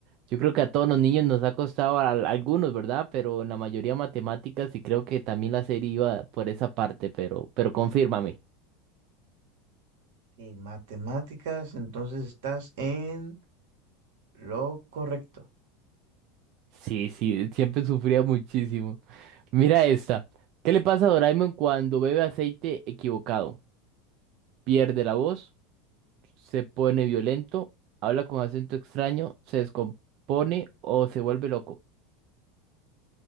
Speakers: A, on the right; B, on the right.
A: Yo creo que a todos los niños nos ha costado a, a algunos, ¿verdad? Pero la mayoría matemáticas y creo que también la serie iba por esa parte, pero, pero confírmame.
B: Okey, matemáticas, entonces estás en lo correcto.
A: Sí, sí, siempre sufría muchísimo. Mira esta. ¿Qué le pasa a Doraemon cuando bebe aceite equivocado? Pierde la voz, se pone violento, habla con acento extraño, se descompone o se vuelve loco.